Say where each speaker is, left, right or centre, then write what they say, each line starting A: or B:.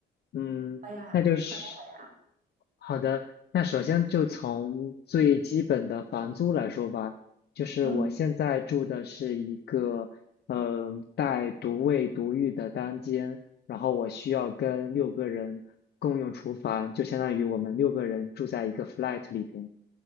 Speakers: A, on the left; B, on the right.
A: 嗯，
B: 哎呀，
A: 那就是
B: 好呀好呀，
A: 好的。那首先就从最基本的房租来说吧，就是我现在住的是一个嗯、
B: 嗯
A: 呃带独卫独浴的单间。然后我需要跟六个人共用厨房，就相当于我们六个人住在一个 flat 里边。